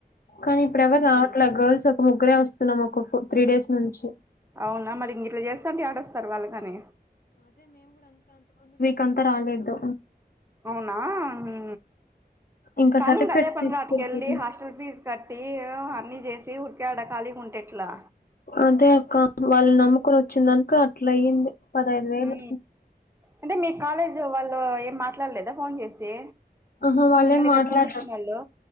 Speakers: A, on the left; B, on the right.
A: కానీ ఇప్పుడు ఎవరు
B: ఉహు
A: రావట్లే గర్ల్స్ ఒక ముగ్గురే వస్తున్నాము ఒక త్రీ డేస్ నుంచి
B: అవునా మరి ఇం ఇట్లా చేస్తాంటే ఆడస్తారు వాళ్లు కాని
A: కొంత రాలేదు
B: అవునా హు
A: ఇంకా
B: కానీ
A: సర్టిఫికెట్స్
B: ఇంగ అదే పనగ
A: తీసుకెళ్ళిపోతున్
B: అటికెళ్ళి హాస్టల్ ఫీజ్ కట్టి ఏవేవో అన్ని చేసి ఉ డకాలిగా ఉంటేె ఎట్లా
A: అదే అక్క వాళ్ళు నమ్ముకొని వచ్చిందనుక అట్ల అయ్యింది పదహైదు వేలు
B: ఉమ్ అంటే మీ కాలేజీ వాళ్ళు ఏం మాట్లాడలేదా ఫోన్ చేసి
A: అహా వాళ్ళేం
B: మిమ్మల్ని ఇక్కడ
A: మాట్లాడర
B: పంపించినోళ్ళు